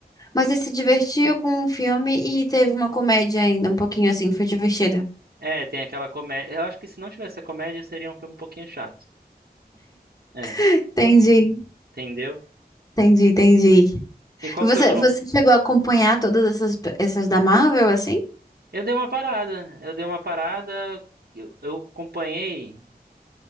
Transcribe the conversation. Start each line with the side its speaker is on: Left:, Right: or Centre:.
Left: Mas você se divertiu com o filme e teve uma comédia ainda, um pouquinho assim, foi divertido.
Right: É, é, tem aquela comédia. Eu acho que se não tivesse a comédia, seria um filme um pouquinho chato. É,
Left: Entendi,
Right: entendeu?
Left: entendi, entendi.
Right: E qual
Left: Você,
Right: foi o último
Left: você chegou a acompanhar todas essas, essas da Marvel, assim?
Right: Eu dei uma parada, eu dei uma parada, eu, eu acompanhei,